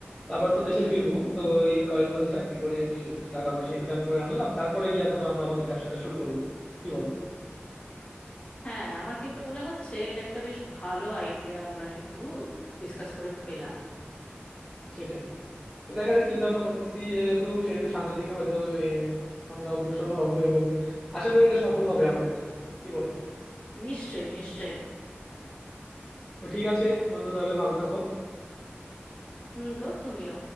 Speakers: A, in the centre; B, on the left (about 30°).
A: আবার তো দেশে ফিরবো তো এই কয়েক বছর চাকরি করে বেশি কিছু টাকা পয়সা ইনকাম করে আনলাম তারপরে গিয়ে ধরো আমরা আমাদের ব্যবসাটা শুরু করলাম কি বলো
B: হ্যাঁ আমার কিন্তু মনে হচ্ছে এটা একটা বেশ ভালো আইডিয়া আমরা কিন্তু ডিসকাস করে পেলাম
A: সেটাই তো দেখা যাক চিন্তা ভাবনা করতেছি যেহেতু সেহেতু সামনের দিকে হয়তো এ, আমরা অগ্রসর হব এবং আশা করি এটা সফল হবে আমাদের কি বলো
B: নিশ্চয়ই নিশ্চয়ই
A: তো ঠিক আছে বন্ধু তাহলে ভালো থাকো
B: হুম গো তুমিও